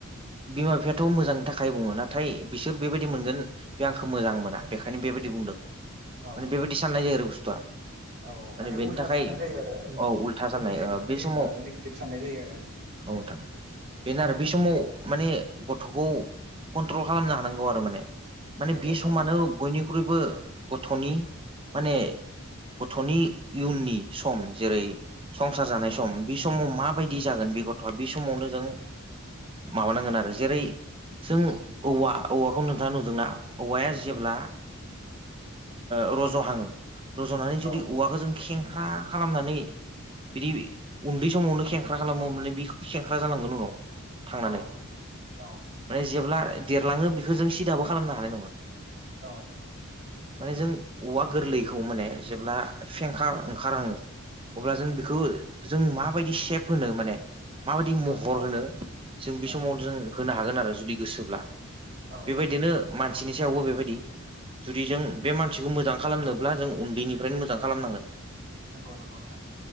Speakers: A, on the right; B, on the right.
A: बिमा बिफायाथ' मोजांनि थाखाय बुङो नाथाय बिसोर बेबायदि मोनगोन बे आंखौ मोजां मोना बेखायनो बेबायदि बुंदों
B: औ
A: माने बेबायदि साननाय जायो आरो बुस्थुआ।
B: औ माने
A: बेनि
B: उल्था
A: थाखाय
B: साननाय जायो आरो उम
A: औ उल्था
B: पजिटिभनि
A: साननाय ओ बे समाव
B: ओ निकिटिभ साननाय जायो आरो।
A: औ नोंथां। बेनो आरो बि समाव माने गथ'खौ कन्ट्रल खालामनो हानांगौ आरो माने। माने
B: औ
A: बे
B: दबथायनो
A: समानो बयनिख्रुइबो गथ'नि माने गथ'नि इयुननि सम जेरै संसार जानाय स सम बि समाव माबायदि जागोन बि गथ'आ बि समावनो जों माबानांगोन आरो जेरै जों औवा औवाखौ नोंथाङा नुदोंना? औवाया
B: हानांगौ
A: जेब्ला ओ रज'हाङो रज'नानै
B: औ
A: जुदि औवाखौ जों खेंख्रा खालामनानै बिदि उन्दै समावनो खेंख्रा खालामोअमबानिया बि खेंख्रा जालांगोन उनाव थांनानै
B: औ औ
A: माने जेब्ला देरलाङो बिखो जों सिदाबो खालामनो हानाय नङा
B: औ
A: माने जों औवा गोरलैखौ माने जेब्ला फेंखा ओंखारहाङो अब्ला जों बिखो
B: औ
A: जों माबायदि सेप होनो माने माबायदि
B: औ
A: महर होनो जों
B: औ
A: बि समाव जों होनो हागोन आरो जुदि गोसोब्ला
B: औ
A: बेबायदिनो मानसिनि सायावबो बेबायदि जुदि जों बे मानसिखौ मोजां खालामनोब्ला जों उन्दैनिफ्रायनो मोजां खालामनांगोन।
B: नोंगौ नोंगौ नोंथां